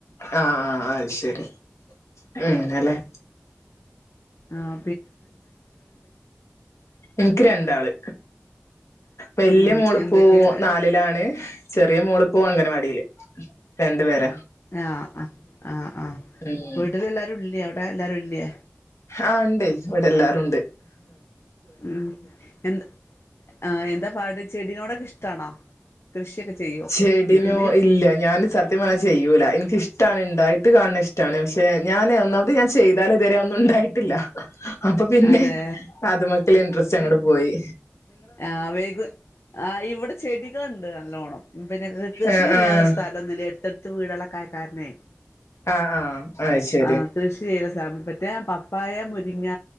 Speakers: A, on the left (about 75°); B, on the left (about 60°).
A: ആ ആ ആ അയിശേരി അങ്ങനെല്ലേ
B: ആ
A: നിക്ക് രണ്ടാള് വല്യ
B: ഉം
A: മോളിപ്പോ
B: എന്തൊക്കെ
A: നാലിലാണ് ചെറിയ മോളി പ്പോ അംഗനവാടീല് രണ്ട് പേര
B: ആ ആ ആ ആ
A: ഉം
B: വീട്ടിലെല്ലാരുല്ല്യെ അവ്ടെ ല്ലാരൂല്ല്യേ
A: ആ ഇണ്ട് ഇവിടെല്ലാരുണ്ട്
B: ഉം എന്താ ആ എന്താ പാട് ചെടിയോടെക്കെ ഇഷ്ടാണോ കൃഷിയൊക്കെ ചെയ്യോ
A: ചെടിനോ
B: വീട്ടില്
A: ഇല്ല ഞാന് സത്യം പറഞ്ഞാ ചെയ്യൂല എനിക്കിഷ്ടാണ് ഇണ്ടായിട്ട് കാണ്ണേ ഇഷ്ടാണ് പക്ഷെ ഞാന് ഒന്നാമത് ഞാൻ ചെയ്താലിതുവരെ ഒന്നുണ്ടായിട്ടില്ല അപ്പൊ പിന്നെ
B: അതെ
A: അതുമെക്കുള്ള ഇൻട്രെസ്റ്റ് അങ്ങട്പോയി
B: ആ വൈകു ആ ഇവട ചെടികളിണ്ട് നല്ലോ ല്ലോണം പിന്നെ കൃഷി
A: ആഹ്
B: ചെയ്യാനുള്ള
A: ആഹ്
B: സ്ഥലോന്നുല്ല്യ എടുത്ത ത്ത് വീടാളൊക്കായ കാരണേയ്
A: ആഹ് ആഹ് അത് ശരി
B: ആ കൃഷി <unintelligible> ഞാൻ പപ്പായ, മുരിങ്ങ